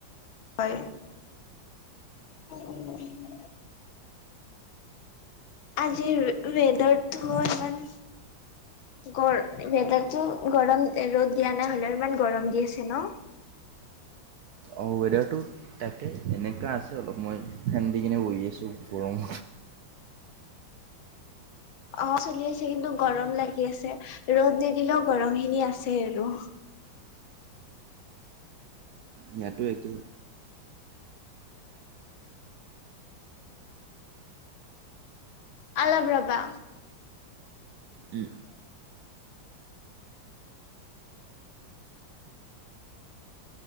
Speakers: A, on the left; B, on the right.
A: হয় <unintelligible> আজিৰ ৱেদাৰটো ইমান গৰ ৱেদাৰটো গৰম ৰ'দ দিয়া নাই হলেও ইমান গৰম দি আছে ন?
B: অঁ ৱেডাৰটো তাকে এনেকুৱা আছে অলপ মই ফেন দি কিনে বহি আছোঁ গৰম
A: অ চলি আছে কিন্তু গৰম লাগি আছে ৰ'দ নিদিলেও গৰম খিনি আছে আৰু
B: ইয়াতো একেই
A: আৰু অলপ ৰবা
B: ওহ